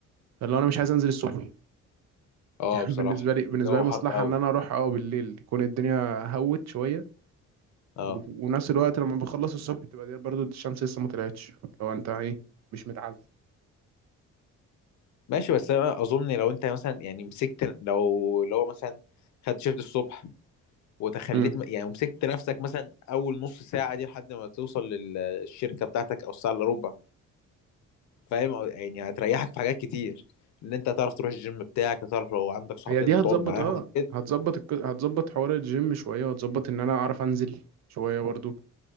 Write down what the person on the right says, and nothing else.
فاللي هو انا مش عايز انزل الصبح
يعني
<laughs> بالنسبه لي بالنسبه
لي مصلحه
ان انا اروح اه بالليل يكون الدنيا هوت شويه
و- ونفس الوقت لما بخلص الصبح تبقى دي برضو الشمس لسه ما طلعتش لو انت ايه مش متعذب
امم
هي
دي
هتظبط
اه هتظبط الك... هتظبط حوار الجيم شويه وهتظبط ان انا اعرف انزل شويه برضو